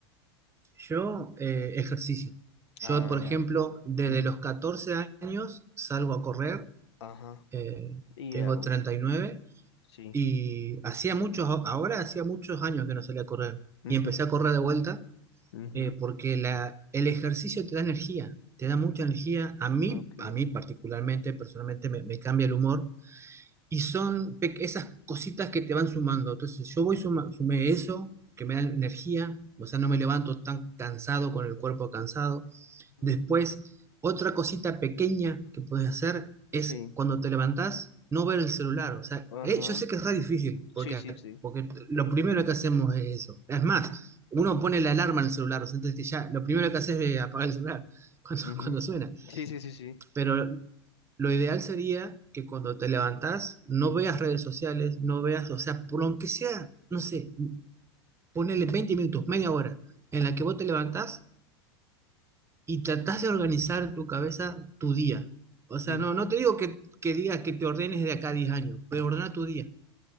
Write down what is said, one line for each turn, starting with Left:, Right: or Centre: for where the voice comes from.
Right: yo eh, ejercicio. Yo,
Left: Ah,
Right: por
Left: ya.
Right: ejemplo, desde
Left: Ujú.
Right: los 14 años salgo a correr,
Left: Ajá.
Right: eh,
Left: Y
Right: tengo
Left: au,
Right: treinta y nueve
Left: sí.
Right: Y hacía muchos, ahora hacía muchos años que no salía a correr.
Left: mhm
Right: Y empecé a correr de vuelta
Left: mhm
Right: eh, porque la, el ejercicio te da energía, te da mucha energía. A mí,
Left: Okay.
Right: a mí particularmente, personalmente, me, me cambia el humor. Y son pe- esas cositas que te van sumando. Entonces, yo voy suma- sumé eso, que me da energía. O sea, no me levanto tan cansado, con el cuerpo cansado.
Left: Ujú.
Right: Después, otra cosita pequeña que puedes hacer es
Left: Sí.
Right: cuando te levantás, no ver el celular. O sea,
Left: Ajá.
Right: eh, yo sé que es re difícil, porque,
Left: Sí, sí, sí.
Right: porque lo primero que hacemos es eso. Es más, uno pone la alarma en el celular, o sea, entonces ya lo primero que haces es eh, apagar el celular <laughs> cuando,
Left: mhm
Right: cuando suena.
Left: Sí, sí, sí, sí.
Right: Pero lo ideal sería que cuando te levantás, no veas redes sociales, no veas, o sea, por lo que sea, no sé, ponele 20 minutos, media hora, en la que vos te levantás y tratás de organizar en tu cabeza tu día. O sea,
Left: Ujú.
Right: no, no te digo que, que digas que te ordenes de acá a 10 años, pero ordena tu día.